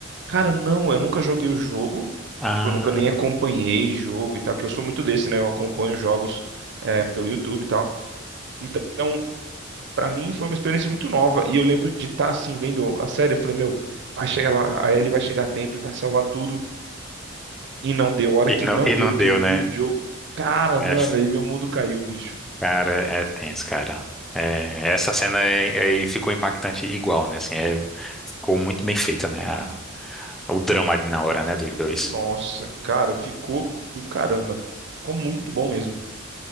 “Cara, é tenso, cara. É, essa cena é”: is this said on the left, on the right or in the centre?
Centre